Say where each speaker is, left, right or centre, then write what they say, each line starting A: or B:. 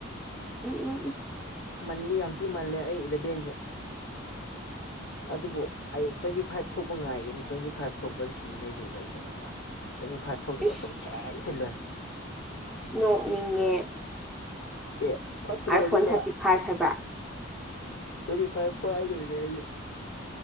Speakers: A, in the centre; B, on the left.
A: ꯎꯝ ꯎꯝ ꯎꯝ
B: ꯃꯟꯗꯤ ꯌꯥꯝ ꯊꯤ ꯃꯥꯜꯂꯦ ꯑꯩ ꯂꯦꯕꯦꯟꯁꯦ ꯑꯗꯨꯕꯨꯣ ꯐꯥꯏꯚ ꯊꯣꯛꯄ ꯉꯥꯏꯒꯦꯅꯤ ꯇ꯭ꯋꯦꯟꯇꯤ ꯐꯥꯏꯚ ꯊꯣꯛꯄꯗ ꯁꯤꯟꯗꯣꯏꯅꯦꯕ ꯑꯩꯁꯦ ꯈꯪꯕ ꯇ꯭ꯋꯦꯟꯇꯤ ꯐꯥꯏꯚ ꯊꯧꯔꯤꯕ
A: ꯏꯁ
B: ꯑꯁꯨꯡ ꯁꯦꯟ ꯁꯤꯜꯂꯣꯏꯦ
A: ꯅꯣꯛꯅꯤꯡꯉꯦ
B: ꯑꯦ ꯐꯠꯇ꯭ꯔꯣ
A: ꯑꯥꯏꯐꯣꯟ
B: ꯑꯗꯨꯅ
A: ꯊꯥꯔꯇꯤ ꯐꯥꯏꯚ ꯍꯥꯏꯕ
B: ꯇ꯭ꯋꯦꯟꯇꯤ ꯐꯥꯏꯚ ꯏꯥꯏꯗ ꯏꯅꯦꯦ